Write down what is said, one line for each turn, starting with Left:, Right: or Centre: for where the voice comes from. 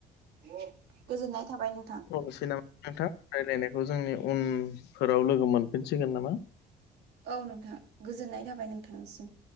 Right: गोजोननाय थाबाय नोंथां।
Left: हनोसै नामा नोंथां रायज्लायनायखौ जोंनि उनफोराव लोगो मोनफिनसिगोन नामा?
Right: औ नोंथां गोजोननाय जाबाय नोंथांनिसिम।